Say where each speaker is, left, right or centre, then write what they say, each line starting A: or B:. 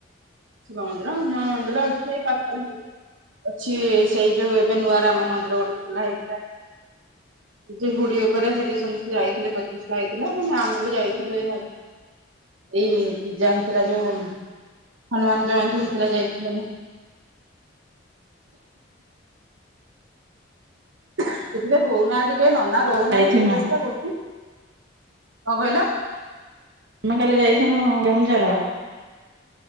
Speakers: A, on the right; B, on the right.
A: ଶିବ ମନ୍ଦିର ହଁ ମନ୍ଦିର ଅଛି ଏଇ ପାଖରେ ସବୁ। ଅଛି ସେଇ ଯୋଉ ଏବେ ନୂଆ ରାମ ମନ୍ଦିର ଗୋଟେ ଖୋଲା ହେଇଥିଲା।
B: ହଁ
A: ଯେ ହୁଡି ଉପରେ ସେଠି ସମସ୍ତେ ଯାଇଥିଲେ ପ୍ରତିଷ୍ଠା ହେଇଥିଲା। ମାନେ ଆମେ ବି ଯାଇଥିଲୁ ଏଇ ମ <inaudible> ଏଇ ପୂଜା ହେଇଥିଲା ଯୋଉ ହନୁମାନ ଜୟନ୍ତୀ ହେଇଥିଲା ଯାଇଥିଲୁ ଆମେ। ସେ ଟିକେ ରହୁନାହାନ୍ତି କେ ନନା ରହୁନାହାନ୍ତି।
B: ଯାଇଥିନୁ
A: ପୂଜା ଫୂଜା କରୁଛନ୍ତି। କଣ କହିଲ?
B: ଆମେ କାଲି ଯାଇଥିନୁ କେଉଁଝର।